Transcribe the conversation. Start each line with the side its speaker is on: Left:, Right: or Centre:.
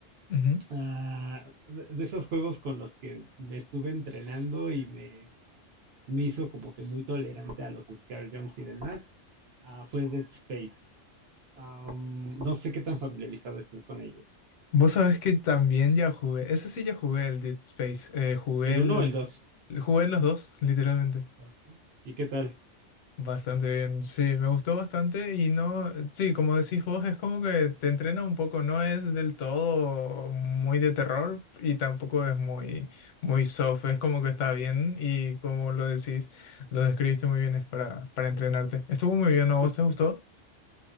Left: Ujú.
Right: Ah, de de esos juegos con los que me estuve entrenando y me, me hizo como que muy tolerante a los scare jumps y demás, ah, fue Dead Space. Am, no sé qué tan familiarizado estés con ellos.
Left: Vos sabés que también ya jugué, ese sí ya jugué el Dead Space, eh, jugué
Right: ¿El
Left: el,
Right: uno o el dos
Left: jugué los dos, literalmente.
Right: Ajá. ¿Y qué tal?
Left: Bastante bien, sí, me gustó bastante y no, sí, como decís vos, es como que te entrena un poco, no es del todo muy de terror y tampoco es muy, muy soft, es como que está bien y como lo decís, lo describiste muy bien, es para, para entrenarte. Estuvo muy bien, ¿no? ¿a vos
Right: Es-
Left: te gustó?